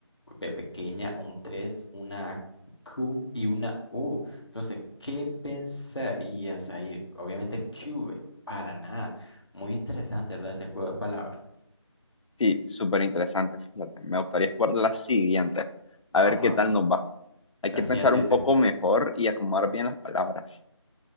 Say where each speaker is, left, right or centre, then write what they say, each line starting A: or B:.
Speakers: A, on the left; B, on the left.
A: pe- pequeña, un 3, una Q y una U. Entonces, ¿qué pensarías ahí? Obviamente, QV, para nada. Muy interesante, ¿verdad? Este juego de palabras.
B: Sí, súper interesante, fíjate. Me gustaría explorar la siguiente. A
A: Vamos
B: ver qué
A: a
B: tal
A: ver.
B: nos va. Hay
A: La
B: que
A: siguiente
B: pensar un
A: dice.
B: poco mejor y acomodar bien las palabras.